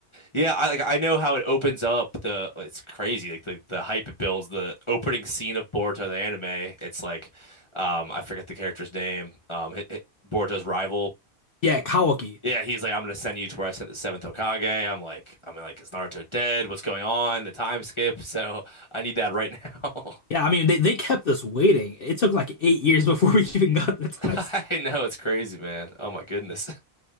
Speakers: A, on the left; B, on the left.
A: Yeah, I like I know how it opens up the it's crazy like the, the hype it builds the opening scene of Boruto the anime. It's like um I forget the character's name. Um hi hi- Boruto's rival
B: Yeah, Kawaki.
A: Yeah, he's like, I'm gonna send you to where I sent the seventh Hokage. I'm like, I'm like, is Naruto dead? What's going on? The time skip. <laughs> So I need that right now.
B: Yeah, I mean they, they kept us waiting. It took like eight years before we <laughs> even got the
A: <laughs>
B: time
A: I
B: skip.
A: know it's crazy, man. Oh my goodness.